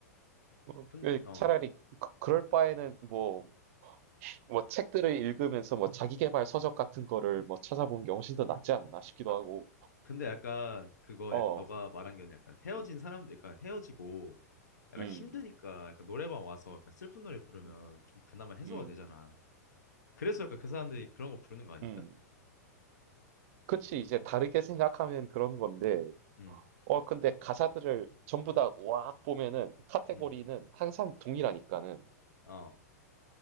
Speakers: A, on the right; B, on the left.
A: 어,
B: 큰,
A: 그
B: 어,
A: 차라리 그- 그럴 바에는 뭐 뭐 책들을 읽으면서 뭐 자기계발 서적 같은 거를 뭐 찾아보는 게 훨씬 더 낫지 않나 싶기도
B: 아,
A: 하고
B: 근데 약간 그거
A: 어
B: 약간 너가 말한 게 약간 헤어진
A: 음,
B: 사람들 약간 헤어지고 약간
A: 음,
B: 힘드니까 약간 노래방 와서
A: 음,
B: 약간 슬픈 노래 부르면
A: 음,
B: 좀 그나마 해소가
A: 음.
B: 되잖아. 그래서 약간 그 사람들이 그런 거 부르는 거 아닐까?
A: 음. 그치 이제 다르게 생각하면 그런 건데
B: 음,
A: 어 근데 가사들을 전부 다 와악 보면은 카테고리는
B: 음,
A: 항상 동일하니까는
B: 어,